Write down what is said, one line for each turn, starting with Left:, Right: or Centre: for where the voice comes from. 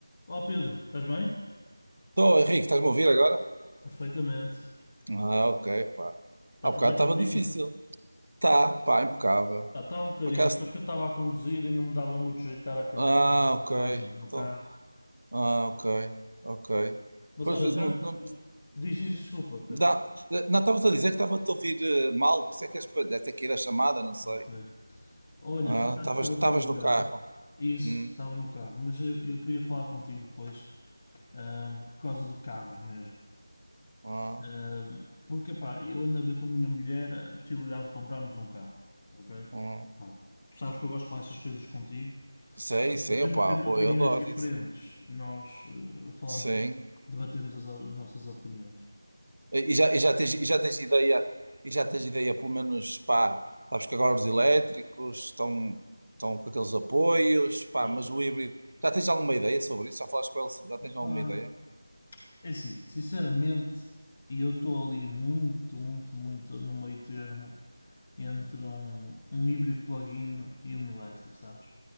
Left: Olá Pedro, estás bem?
Right: Estou, Henrique, estás-me a ouvir agora?
Left: Perfeitamente.
Right: Ah, ok, pá.
Left: Está
Right: Há
Left: tudo
Right: bocado
Left: bem
Right: estava
Left: contigo?
Right: difícil. Tá, pá, impecável.
Left: Ah, está um bocadinho.
Right: Por acaso.
Left: Acho que eu estava a conduzir e não me dava muito jeito de estar a atender
Right: Ah,
Left: com
Right: ok.
Left: mais gente no
Right: Então,
Left: carro.
Right: ah, ok, ok.
Left: Mas
Right: Pois,
Left: olha,
Right: pois,
Left: já
Right: não,
Left: que.
Right: não,
Left: Diz, diz, desculpa, Pedro.
Right: dá, não estavas a dizer que estava-te a ouvir eh, mal, por isso é que és, pa- deve ter que ir a chamada, não sei.
Left: Ok. Olha,
Right: Ah,
Left: por acaso
Right: estavas,
Left: estava-te
Right: estavas
Left: a ligar.
Right: no carro.
Left: Isso,
Right: Hum,
Left: estava no carro, mas eu, eu queria falar contigo depois, ahm, por causa de carros mesmo.
Right: ah,
Left: Ahm, porque, pá, eu ando a ver com a minha mulher a possibilidade de comprarmos um carro, ok?
Right: hum.
Left: Pá, tu sabes que eu gosto de falar essas coisas contigo.
Right: Sei, sei,
Left: Mesmo
Right: opá,
Left: tendo
Right: pô,
Left: opiniões
Right: eu adoro
Left: diferentes,
Right: isso.
Left: nós eh, falamos,
Right: Sim.
Left: debatemos as, o- as nossas opiniões.
Right: E já, e já tens, e já tens ideia, e já tens ideia, pelo menos, pá, sabes que agora os elétricos estão, estão com aqueles apoios, pá,
Left: Pois,
Right: mas
Left: pois.
Right: o híbrido, já tens alguma ideia sobre isso? Já falaste com ele, já tens alguma
Left: Pá,
Right: ideia?
Left: é assim, sinceramente, e eu estou ali muito, muito, muito no meio termo entre um, um híbrido plug-in e um elétrico, sabes?